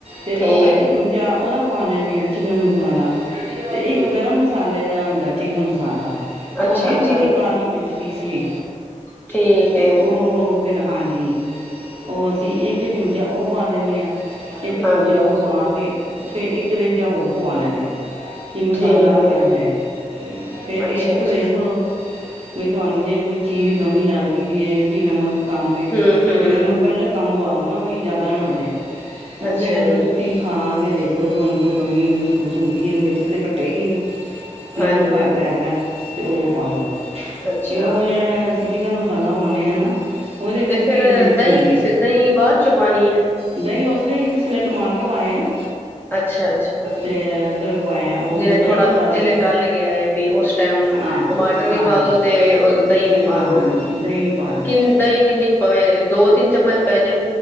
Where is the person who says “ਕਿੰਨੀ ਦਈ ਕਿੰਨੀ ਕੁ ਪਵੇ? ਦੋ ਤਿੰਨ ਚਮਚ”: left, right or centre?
Left